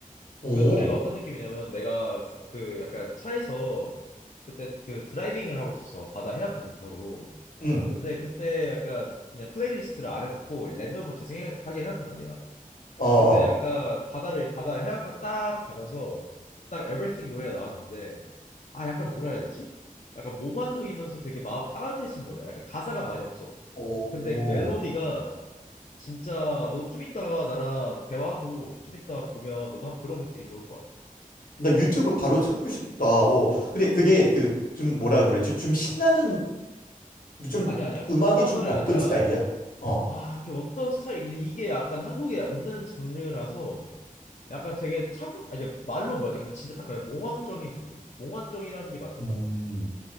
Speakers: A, on the left (about 80°); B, on the left (about 55°).
A: 오.
B: 그 노래가 어떤 느낌이냐면 내가 그 약간 차에서 그때 그 드라이빙을 하고 있었어. 바다 해안가 근처로.
A: 응.
B: 근데 그때 약간 그냥 플레이리스트를 안 해놓고 랜덤으로 재생하게 해놨단 말이야.
A: 어, 어.
B: 근데 약간 바다를 바다 해안가 딱 가면서 딱 Everything 노래가 나왔는데 아 약간 뭐라 해야 되지? 약간 몽환적이면서 되게 마음 따뜻해진 노래야. 약간 가사가 많이 없어.
A: 오.
B: 근데 그 멜로디가 진짜 너 좀 이따가 나랑 대화하고 좀 이따 보면 너도 한번 들어보면 되게 좋을 거야.
A: 나 유튜브 바로 찾고 싶다. 어.
B: 어
A: 근데 그게 그 좀 뭐라 그러지? 좀 신나는 좀
B: 아니야 아니야
A: 음악이
B: 신나는
A: 좀
B: 노래
A: 어떤
B: 아니라
A: 스타일이야? 어.
B: 아 이게 어떤 스타일 이- 이게 약간 한국에 없는 장르라서 약간 되게 차분 아 이게 말로 뭐야 이게 진짜 딱 그냥 몽환적인 분위기? 몽환적이라는 게 맞을
A: 음.
B: 것 같아 진짜.